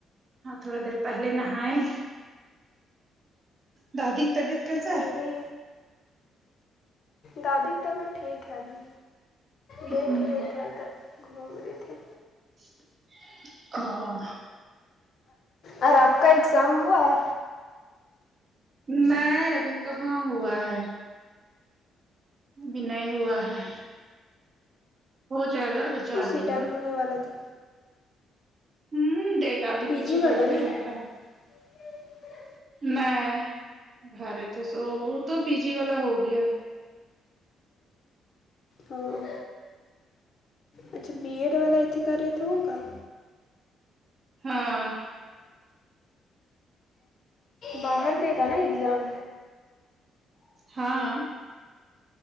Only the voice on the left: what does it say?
ہم بھی دادی کی طبیعت ٹھیک ہے ابھی دیکھ
رہے ادھر ادھر گھوم رہے تھے
اور آپ کا اگزام ہوا
تو
اسی
ٹائم
ہونے والا تھا
پی
جی والا
نا
<inaudible>
ہاں اچھا بی ایڈ والا اتی کر رہے تھے ہوگا
باہر دے گا نا اگزام